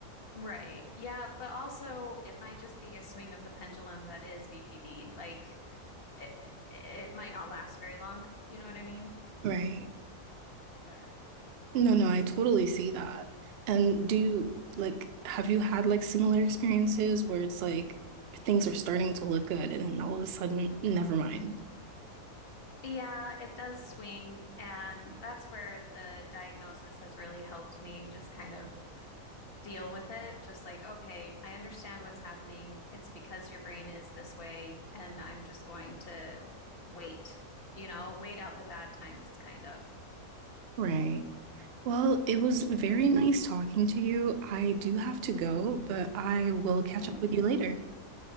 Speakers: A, on the left; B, on the right.
A: Right. Yeah. But also, it might just be a swing of the pendulum that is BPD. Like, it, it might not last very long. You know what I mean?
B: Right.
A: But.
B: No, no, I totally see that. And do you like have you had like similar experiences where it's like things are starting to look good and then all of a sudden, never mind.
A: Yeah, it does swing. And that's where the diagnosis has really helped me just kind of deal with it. Just like, okay, I understand what's happening. It's because your brain is this way. And I'm just going to wait, you know, wait out the bad times, kind of.
B: Right. Well, it was
A: Yeah.
B: very nice talking to you. I do have to go, but I will catch
A: All right.
B: up with you later.